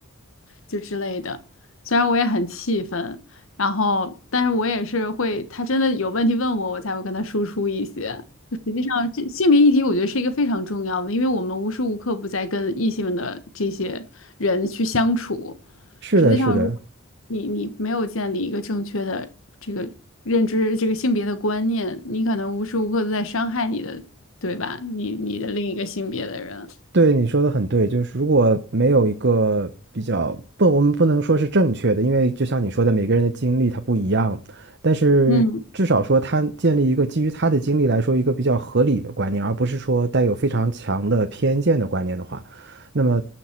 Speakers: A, on the left; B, on the right.
A: 就之类的。虽然我也很气愤，然后但是我也是会，他真的有问题问我，我才会跟他输出一些。就实际上，这性别议题我觉得是一个非常重要的，因为我们无时无刻不在跟异性的这些人去相处。
B: 是的，
A: 实际上，
B: 是的。
A: 如果你你没有建立一个正确的这个认知，这个性别的观念，你可能无时无刻都在伤害你的，对吧？你你的另一个性别的人。
B: 对，你说的很对，就是如果没有一个比较，不，我们不能说是正确的，因为就像你说的，每个人的经历他不一样，但是至少说他建立一个基于他的经历来说一个比较合理的观念，
A: 嗯
B: 而不是说带有非常强的偏见的观念的话，那么